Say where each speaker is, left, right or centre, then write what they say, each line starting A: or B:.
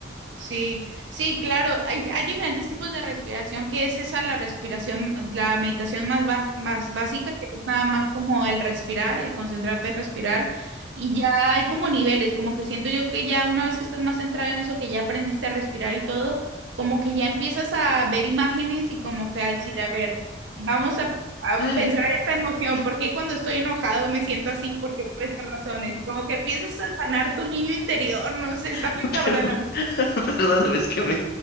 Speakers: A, on the right; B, on the left.
A: Sí, sí, claro, hay, hay diferentes tipos de respiración, que es esa la respiración, la meditación más, ba- más básica, que es nada más como el respirar, el concentrarte en respirar, y ya hay como niveles, como que siento yo que ya una vez que estás más centrado en eso, que ya aprendiste a respirar y todo, como que ya empiezas a ver imágenes y como que a decir, a ver, vamos a, a
B: Ujú.
A: pensar esta emoción, porque cuando estoy enojado me siento así? porque ¿Por qué por estas razones? Y como que empiezas a sanar tu niño interior, no sé, está
B: <laughs> <laughs> <laughs>
A: muy cabrón,
B: Perdón, es que me,